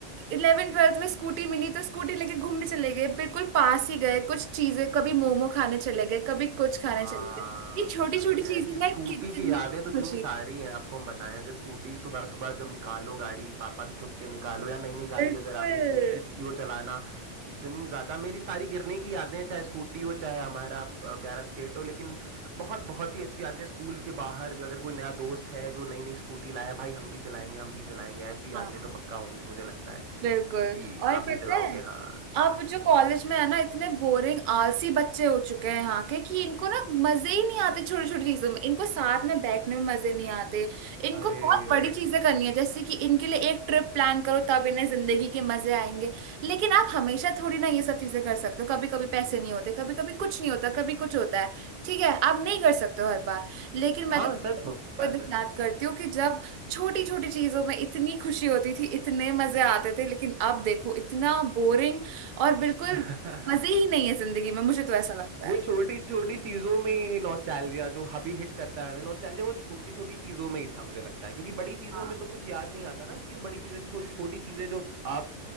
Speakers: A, on the right; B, on the right.
A: इलेवन ट्वेल्थ में स्कूटी मिली तो स्कूटी लेके घूमने चले गए बिल्कुल पास ही गए कुछ चीजें कभी मोमो खाने चले गए कभी कुछ खाने
B: हाँ
A: चले गए ये छोटी
B: अरे
A: छोटी चीजें
B: ऐसी
A: ना
B: स्कूटी
A: कितनी
B: की यादें तो इतनी
A: खुशी
B: सारी
A: देती हैं।
B: हैं आपको हम बताएं अगर स्कूटी सुबह सुबह जब निकालो गाड़ी पापा से छुप के निकालो या नई नई गाड़ी
A: बिल्कुल
B: अगर आपने चीन- सीखी हो चलाना इतनी ज्यादा मेरी सारी गिरने की यादें हैं चाहे स्कूटी हो चाहे हमारा प- प्यारा स्केट हो लेकिन बहुत बहुत ही अच्छी यादें हैं। स्कूल के बाहर अगर कोई नया दोस्त है जो नई नई स्कूटी लाया भाई हम भी चलाएंगे हम भी चलाएंगे ऐसी यादें
A: हाँ
B: तो पक्का होंगी मुझे लगता है
A: बिल्कुल
B: कि
A: और
B: आप भी
A: पता
B: चलाओगे
A: है
B: हाँ
A: अब जो कॉलेज में है ना इतने बोरिंग आलसी बच्चे हो चुके हैं यहाँ के कि इनको ना मजे ही नहीं आते छोटी छोटी चीजों में इनको साथ में बैठने में मजे नहीं आते इनको
B: अरे
A: बहुत बड़ी चीजें करनी है जैसे कि इनके लिए एक ट्रिप प्लान करो तब इन्हें जिंदगी के मजे आएंगे लेकिन आप हमेशा थोड़ी ना ये सब चीजें कर सकते हो कभी कभी पैसे नहीं होते कभी कभी कुछ नहीं होता कभी कुछ होता है ठीक है आप नहीं कर सकते हो हर बार लेकिन मैं
B: हाँ
A: तो
B: सच बात
A: वो दिन
B: है
A: याद करती हूँ कि जब छोटी छोटी चीजों में इतनी खुशी होती थी इतने मजे आते थे लेकिन अब देखो इतना बोरिंग और बिल्कुल
B: <laughs>
A: मजे ही नहीं है जिंदगी में मुझे तो ऐसा लगता
B: वो
A: है
B: छोटी छोटी चीजों में ही नॉस्टैल्जिया जो अभी हिट करता है हमें नॉस्टैल्जिया वो छोटी छोटी चीजों में ही था मुझे लगता है क्योंकि बड़ी चीजों
A: हाँ
B: में तो कुछ याद नहीं आता ना क्योंकि वो बड़ी चीजें छोटी छोटी चीजें जो फ- आप